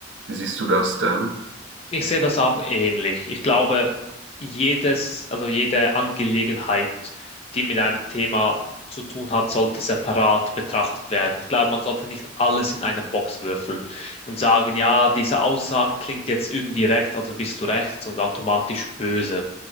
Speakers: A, on the right (about 70°); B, on the left (about 35°).
A: Wie siehst du das denn?
B: Ich sehe das auch ähnlich. Ich glaube, jedes, also jede Angelegenheit, die mit einem Thema zu tun hat, sollte separat betrachtet werden. Ich glaube, man sollte nicht alles in eine Box würfeln und sagen, ja, diese Aussage klingt jetzt irgendwie rechts, also bist du rechts und automatisch böse.